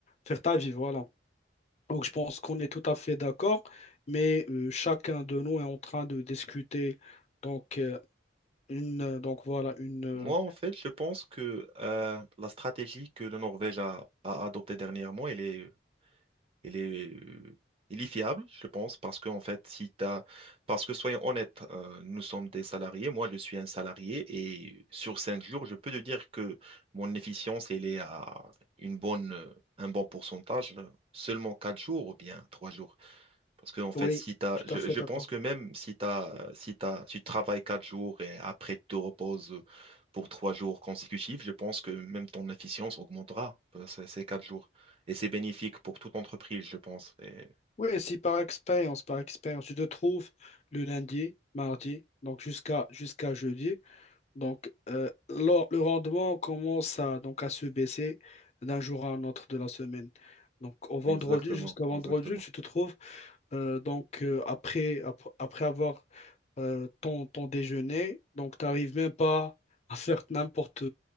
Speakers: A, on the left; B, on the right.
A: faire ta vie, voilà. Donc, je pense qu'on est tout à fait d'accord, mais euh, chacun de nous est en train de discuter. Donc, euh, une, donc voilà, une. euh,
B: Moi, en fait, je pense que euh, la stratégie que la Norvège a, a adoptée dernièrement, elle est il est, il est fiable, je pense, parce que, en fait, si t'as, parce que soyons honnêtes, euh, nous sommes des salariés, moi je suis un salarié, et sur cinq jours, je peux te dire que mon efficience, elle est à une bonne, euh, un bon pourcentage, seulement quatre jours ou bien trois jours. Parce que, en fait,
A: oui,
B: si t'as,
A: tout
B: je,
A: à fait
B: je
A: d'accord.
B: pense que même si t'as, si t'as, si tu travailles quatre jours et après tu te reposes pour trois jours consécutifs, je pense que même ton efficience augmentera par ces ces quatre jours. Et c'est bénéfique pour toute entreprise, je pense. Et-
A: Oui, si par expérience, par expérience, tu te trouves le lundi, mardi, donc jusqu'à jusqu'à jeudi, donc euh, le, le rendement commence à, donc à se baisser d'un jour à un autre de la semaine. Donc au vendredi,
B: Exactement,
A: jusqu'à vendredi,
B: exactement.
A: tu te trouves euh, donc, euh, après, ap- après avoir euh, ton, ton déjeuner, donc tu n'arrives même pas à faire n'importe